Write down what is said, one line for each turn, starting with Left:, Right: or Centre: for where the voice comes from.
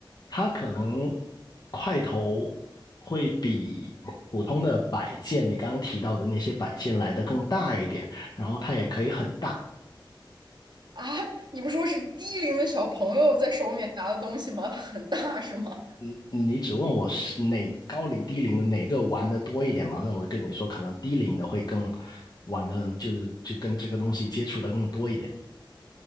Left: 它可能块头会比普通的摆件，你刚刚提到的那些摆件来的更大一点，然后它也可以很大。
Right: 啊，你不说是低龄的小朋友在手里面拿的东西吗？它很大是吗？
Left: 你你只问我是哪高龄低龄的哪个玩的多一点嘛？那我就跟你说，可能低龄的会更玩的，就是就跟这个东西接触的更多一点。